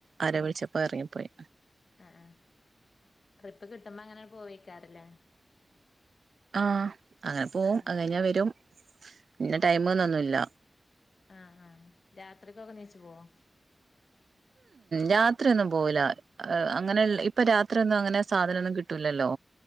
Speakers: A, on the right; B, on the left.
A: ആരോ വിളിച്ചപ്പോ ഇറങ്ങിപ്പോയി
B: ആ ആ ട്രിപ്പ് കിട്ടുമ്പോ അങ്ങനെ പോവോയിക്കാരംലെ
A: ആഹ അങ്ങനെ പോകും
B: ആഹ്
A: അത് കഴിഞ്ഞ വരും ഇന്നെ ടൈമ്മ്ന്ന് ഒന്നുല്ല
B: ആ ആ രാത്രിക്കൊക്കെ നീച്ചു പോവോ
A: രാത്രി ഒന്നും പോവൂല അങ്ങനെ ഇപ്പൊ രാത്രിൊന്നും അങ്ങനെ സാധനൊന്നും കിട്ടൂലല്ലോ